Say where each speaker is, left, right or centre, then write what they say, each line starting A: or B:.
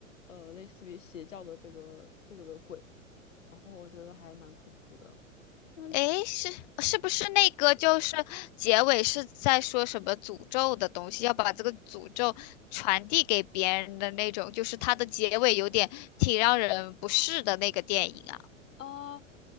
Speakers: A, on the left (about 70°); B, on the left (about 35°).
A: 呃，类似于邪教的这个这个鬼，然后我觉得还蛮恐怖的。那
B: 诶，是是不是那个就是结尾是在说什么诅咒的东西，要把这个诅咒传递给别人的那种，就是它的结尾有点挺让人不适的那个电影啊。
A: 啊、呃